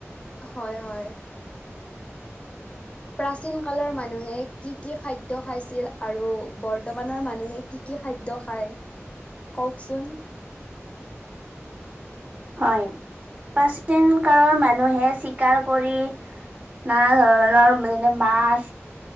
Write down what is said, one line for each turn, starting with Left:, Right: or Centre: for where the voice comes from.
Left: হয় হয়। প্ৰাচীন কালৰ মানুহে কি কি খাদ্য খাইছিল, আৰু বৰ্তমানৰ মানুহে কি কি কি খাদ্য খায় কওকচোন?
Right: হয়, প্ৰাচীন কালৰ মানুহে চিকাৰ কৰি নানা ধৰণৰণ মানে মাছ।